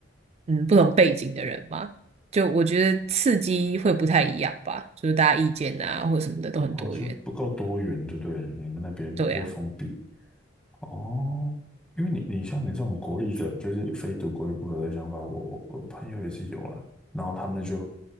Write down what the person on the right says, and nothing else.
嗯，不同背景的人嘛，就我觉得刺激会不太一样吧，就是大家意见啊或什么的都很多元，
对啊。